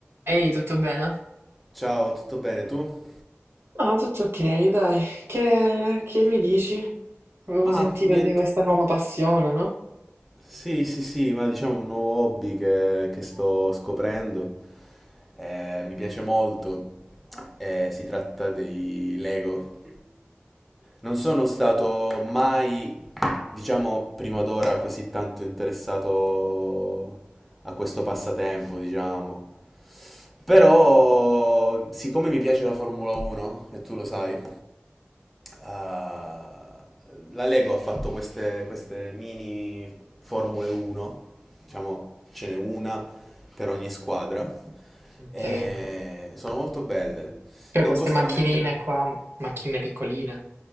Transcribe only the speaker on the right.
Ehi, tutto bene?
Ah, tutto ok, dai. Che, che mi dici? Avevo
sentito
di questa nuova passione, no?
Ok.
Cioè,
queste
macchinine
qua, macchine piccoline,